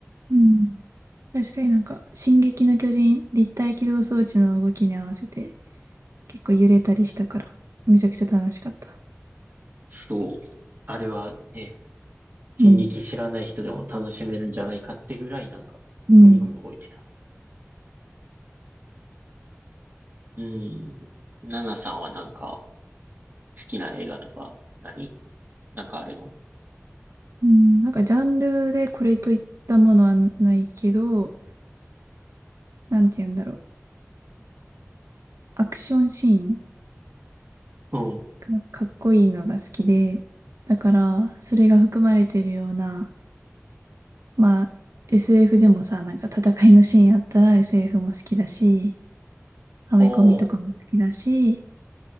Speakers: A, on the right; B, on the right.
A: うん。確かになんか、進撃の巨人、立体起動装置の動きに合わせて、結構揺れたりしたから、めちゃくちゃ楽しかった。
B: そう。あれはね、進撃知らない人でも楽しめるんじゃないかってぐらいなんか、
A: うん。うん
B: ぐんぐん動いてた。うん。ナナさんはなんか、好きな映画とか何、なんかあるの
A: うんなんか、ジャンルでこれといったものはないけど、なんて言うんだろう。アクションシーン
B: うん。
A: か、かっこいいのが好きで、だから、それが含まれてるような、まあ、SF でもさ、なんか戦いのシーンあったら SF も好きだし、アメコミとかも好きだし、
B: おー。